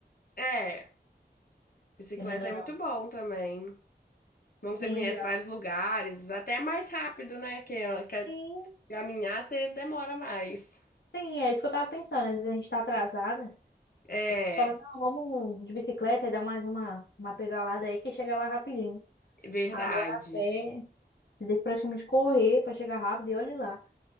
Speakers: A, on the left; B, on the left.
A: É, bicicleta
B: Querendo ou
A: é muito
B: não.
A: bom também. Bom
B: Sim,
A: que você conhece
B: já.
A: vários lugares, até mais rápido, né? Que, que
B: Sim,
A: caminhar você demora mais.
B: sim, é isso que eu tava pensando. Às vezes a gente tá atrasada.
A: É,
B: Fala, não, vamos de bicicleta e dar mais uma, uma pedalada aí que chega lá rapidinho.
A: verdade.
B: Agora a pé, você tem que praticamente correr pra chegar rápido e olha lá.